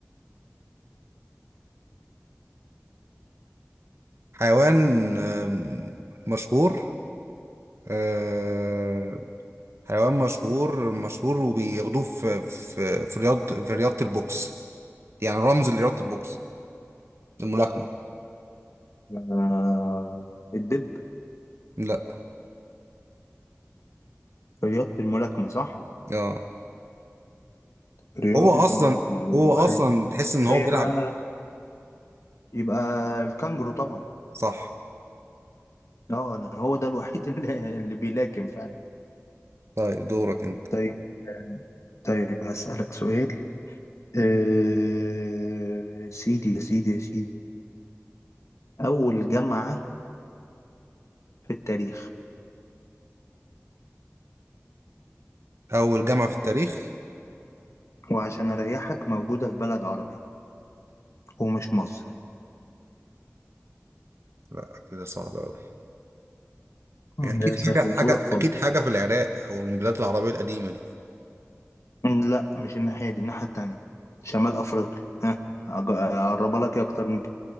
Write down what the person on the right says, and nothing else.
حيوان آم، مشهور آه، حيوان مشهور مشهور وبياخدوه في في في رياضة في رياضة البوكس يعني رمز لرياضة البوكس الملاكمة
لا
اه
هو اصلا
هو
اصلا تحس ان هو
بيلعب
صح
طيب دورك انت
اول جامعة في التاريخ
لا كده صعب قوي هي اكيد
حاجة
حاجة
اكيد حاجة في العراق او من البلاد العربية القديمة دي